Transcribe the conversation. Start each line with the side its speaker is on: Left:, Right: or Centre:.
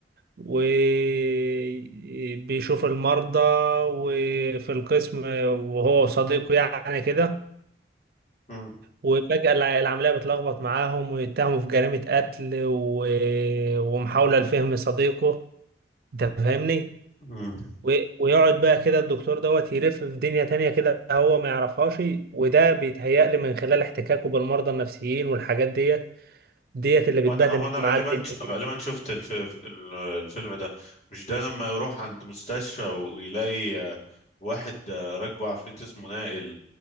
Right: وبيشوف المرضى وفي القسم وهو وصديقه يعني كده
Left: مم.
Right: وفجأة الع- العملية بتلخبط معاهم ويتهموا في جريمة قتل و... ومحاولة لفهم صديقه انت فاهمني؟
Left: مم.
Right: و- ويقعد بقى كده الدكتور دوت يلف في دنيا تانية كده هو ما يعرفهاش وده بيتهيألي من خلال احتكاكه بالمرضى النفسيين والحاجات ديت ديت اللي بتبهدل
Left: وانا وانا
Right: معاه
Left: غالبا
Right: الدنيا دي
Left: غالبا شفت الف... ال- الفيلم ده مش ده لما يروح عند مستشفى ويلاقي آه، واحد آه، راكبه عفريت اسمه نائل